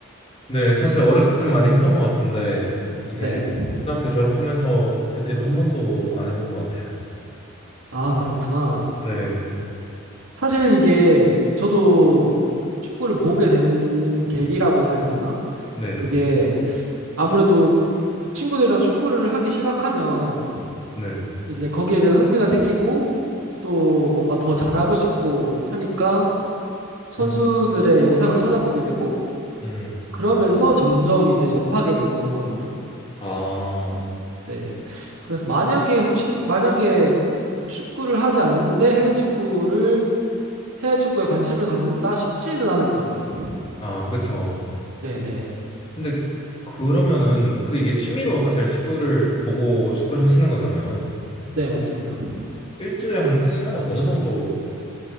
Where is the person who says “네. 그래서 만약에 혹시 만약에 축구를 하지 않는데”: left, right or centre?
Right